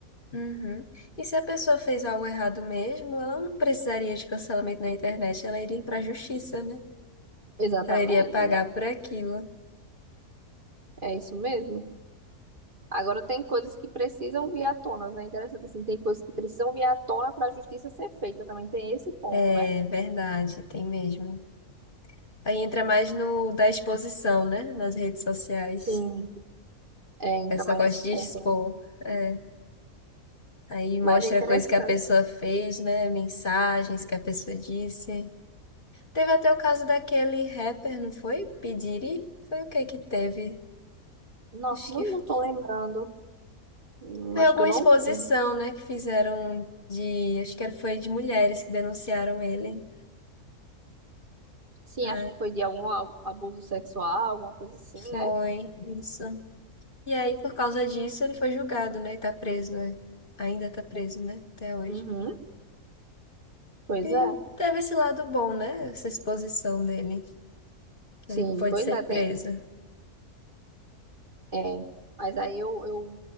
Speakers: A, on the left; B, on the right.
A: Uhum. E se a pessoa fez algo errado mesmo, ela não precisaria de cancelamento na internet, ela iria para a justiça, né?
B: Exatamente,
A: Ela iria pagar
B: já-
A: por aquilo.
B: é isso mesmo. Agora tem coisas que precisam vir à tona, né? Interessante assim, tem coisas que precisam vir à tona para a justiça ser feita também. Tem esse ponto,
A: É
B: né?
A: verdade, tem mesmo. Aí entra mais no da exposição, né? Nas redes sociais.
B: Sim. É, entra
A: A pessoa
B: mais
A: gosta
B: nesse
A: de
B: ponto,
A: expor.
B: né?
A: É. Aí mostra
B: Mas é interessante.
A: coisa que a pessoa fez, né? Mensagens que a pessoa disse. Teve até o caso daquele rapper, não foi? Pediri? Foi o que que teve?
B: Nossa,
A: Acho
B: não,
A: que
B: não tô lembrando. Hum,
A: foi
B: Acho
A: alguma
B: que eu não
A: exposição,
B: vi.
A: né? Que fizeram de. Acho que era- foi de mulheres que denunciaram ele.
B: Sim,
A: Ai,
B: acho que foi de algum a- abuso sexual, alguma coisa assim,
A: foi
B: né?
A: isso. E aí, por causa disso, ele foi julgado, né? E tá preso, né? Ainda tá preso, né? Até hoje.
B: Uhum. Pois
A: E
B: é.
A: teve esse lado bom, né? Essa exposição dele, que
B: Sim,
A: ele pôde
B: pois
A: ser
B: é, tem.
A: preso.
B: É. Mas aí eu, eu